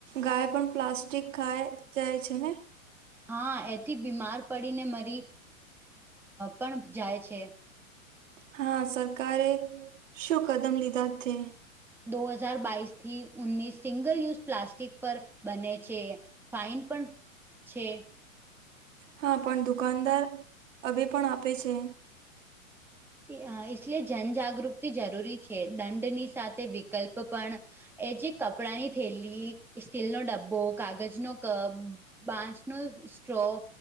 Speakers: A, on the right; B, in the centre.
A: ગાય પન પ્લાસ્ટિક ખાય જાય છે ને
B: હા એથી બીમાર પડીને મરી પણ જાય છે
A: હા સરકારે શું કદમ લીધા થે
B: દો હજાર બાઈસ થી ઉનીસ સિંગલ યુઝ પ્લાસ્ટિક પર બને છે ફાઇન પન છે
A: હા પણ દુકાનદાર હવે પણ આપે છે
B: <unintelligible> જન જાગૃતિ જરૂરી છે દંડની સાથે વિકલ્પ પણ એ જે કપડાની થેલી સ્ટીલનો ડબ્બો કાગજનો કપ બાચનો સ્ટ્રોં